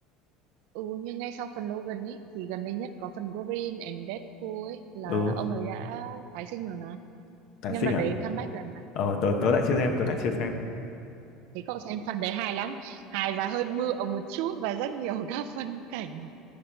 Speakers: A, on the right; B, on the left.
A: ừ nhưng ngay sau phần Logan ấy thì gần đây nhất có phần Wolverine and Deadpool ấy là
B: ừ
A: ông ấy đã tái sinh rồi mà
B: tái
A: nhân
B: sinh
A: vật đấy
B: à
A: comeback rồi mà
B: ờ tớ
A: ừ
B: tớ lại chưa xem tớ lại chưa xem
A: thế cậu xem phần đấy hài lắm hài và hơi bựa một chút và rất nhiều <laughs> các phân cảnh